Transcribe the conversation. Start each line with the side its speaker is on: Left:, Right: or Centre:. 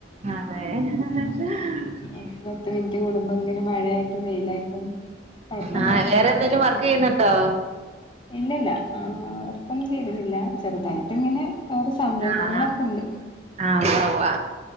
Right: ഏഹ്
Left: അഞ്ചു പത്ത് മിനിറ്റ് കൂടുമ്പോ ഇങ്ങനെ മഴയായിട്ടും വെയിലായിട്ടും കൊഴപ്പല്ല
Right: ആ വേറെ
Left: അങ്ങനെ
Right: എന്തേലും
Left: പോണണ്ട്
Right: വർക്ക് ചെയ്യുന്നുണ്ടോ
Left: ഇല്ലല്ല ആ വർക്കൊന്നും ചെയ്തിട്ടില്ല ചെറുതായിട്ടിങ്ങനെ വേറെ സംരംഭങ്ങളൊക്കെ
Right: ആഹ് ആഹ്
Left: ഉണ്ട്
Right: ആഹ് ഉവ്വ ഉവ്വ